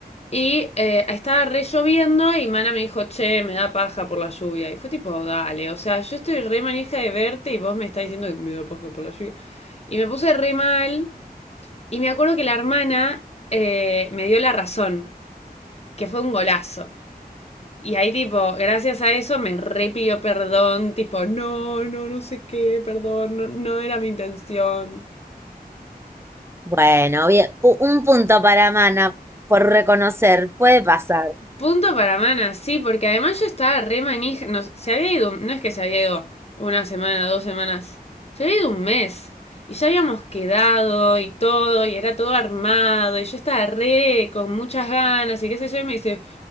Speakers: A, on the left; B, on the right.
A: Y eh, estaba re lloviendo y Mana me dijo, che, me da paja por la lluvia. Y fue tipo, dale, o sea, yo estoy re manija de verte y vos me estás diciendo que me da paja por la lluvia. Y me puse re mal. Y me acuerdo que la hermana eh, me dio la razón, que fue un golazo. Y ahí tipo, gracias a eso me re pidió perdón, tipo, no, no, no sé qué, perdón, no, no era mi intención.
B: Bueno, bien, pu- un punto para Mana por reconocer, puede pasar.
A: Punto para Mana, sí, porque además yo estaba re manija. No, se había ido, no es que se había ido una semana, dos semanas, se había ido un mes. Y ya habíamos quedado y todo, y era todo armado, y yo estaba re con muchas ganas, y qué sé yo, y me dice,